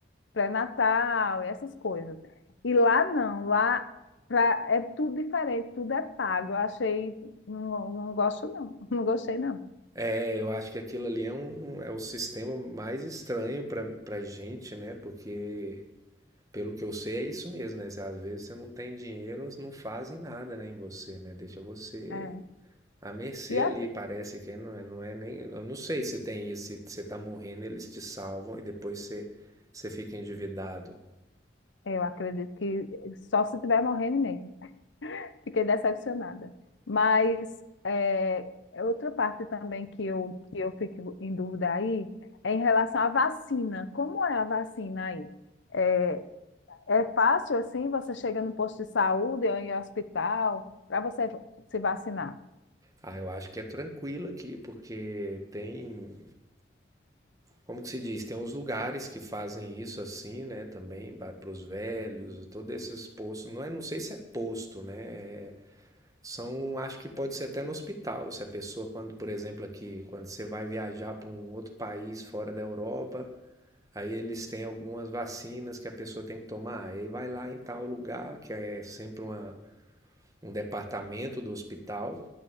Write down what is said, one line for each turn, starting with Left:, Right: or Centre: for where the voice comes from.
Left: pré-natal, e essas coisas. E lá não, lá pra- é tudo diferente, tudo é pago. Eu achei, não, não gosto não, <laughs> não gostei não.
Right: É, eu acho que aquilo ali é, um, um- é o sistema mais estranho para para gente, né? Porque, pelo que eu sei, é isso mesmo, né? Às vezes você não tem dinheiro, eles não fazem nada, né, em você, né? Deixa você
Left: É.
Right: à mercê
Left: E assim,
Right: ali, parece que não é, não é nem. Eu não sei se tem isso, se você tá morrendo, eles te salvam e depois você, você fica endividado.
Left: eu acredito que só se estiver morrendo mesmo. Fiquei decepcionada. Mas é, outra parte também que eu, que eu fico em dúvida aí é em relação à vacina. Como é a vacina aí? É, é fácil assim? Você chega no posto de saúde ou em hospital para você se vacinar?
Right: Ah, eu acho que é tranquilo aqui, porque tem, como que se diz, tem uns lugares que fazem isso assim, né, também para os velhos, todos esses postos, não é, não sei se é posto, né, é- são, acho que pode ser até no hospital, se a pessoa, quando, por exemplo, aqui, quando você vai viajar para um outro país fora da Europa, aí eles têm algumas vacinas que a pessoa tem que tomar, aí vai lá em tal lugar, que é sempre uma um departamento do hospital,